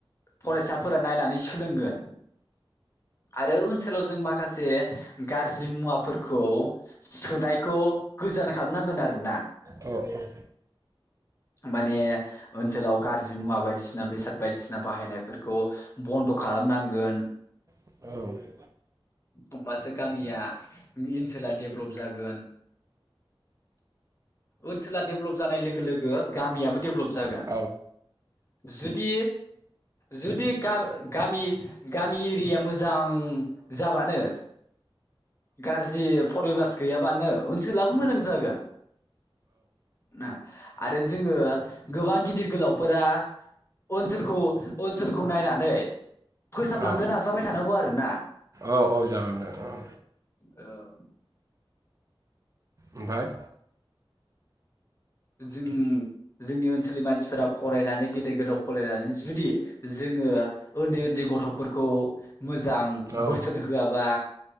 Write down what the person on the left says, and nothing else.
फरायसाफोरा नायनानै सोलोंगोन। आरो ओनसोलाव जों माखासे गाज्रि मुवाफोरखौ सुनायखौ गोजान खालामनांगोन आरोना।
<inaudible> माने ओनसोलाव गाज्रि मुवा बायदिसिना बेसाद बायदिसिना बाहायनायफोरखौ बन्द' खालामनांगोन।
होमबासो गामिया ओनसोला डेभलप जागोन ओनसोला डेभेलप जानाय लोगो लोगो गामियाबो डेभेलप जागोन।
जुदि जुदि गामि गामि एरियाया मोजां जाबानो गाज्रि फरिबास गैयाबानो ओनसोलाबो मोजां जागोन ना आरो जोङो गोबां गिदिर गोलावफोरा ओनसोलखौ ओनसोलखौ नायनानै फोसाबलांनो
नाजाबाय थानांगौ आरोना।
औ
जों जोंनि ओनसोलनि मानसिफोरा फरायनानै गेदेर गोदाव फरायनानै जुदि जों ङो उन्दै उन्दै गथ'फोरखौ मोजां
बोसोन होआबा